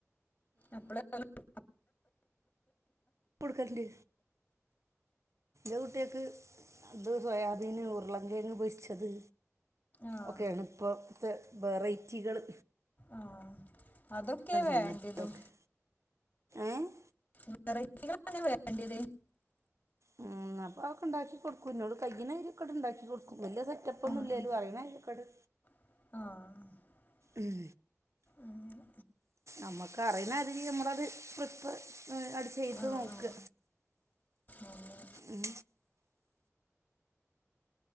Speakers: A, on the left; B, on the right.
A: അപ്പളെ <inaudible>
B: കൊടുക്കല്ണ്ട് എന്റെ കുട്ട്യാക്ക് അത് സോയാബീന് ഉരുളകിഴങ്ങ് പൊരിച്ചത്
A: ആഹ്
B: ഒക്കെയാണ് ഇപ്പം ത്തെ വെറൈറ്റികള്
A: ആഹ് അതൊക്കെ വേണ്ടെതും
B: സംഗതികളൊക്കെ ഏഹ്
A: വെറൈറ്റികളാണ് വേണ്ടത്
B: ഉം അപ്പൊ അതൊക്കെ ഇണ്ടാക്കി കൊടുക്കും ഇന്നോട് കയ്യ്ണരി ഒക്കെണ്ട് ഇണ്ടാക്കി കൊടുക്കും വല്യ സെറ്റപ്പ് ഒന്നുല്ലേലും
A: ആഹ്
B: അറിയണാരി ഒക്കണ്
A: ആഹ്
B: ഉം
A: ആഹ്
B: നമ്മക്ക് അറിയുന്ന ആതിരി നമ്മളത് <unintelligible> ഉം അട് ചെയ്ത്
A: ആഹ്
B: നോക്ക
A: ആഹ് അങ്ങനെ
B: ഉം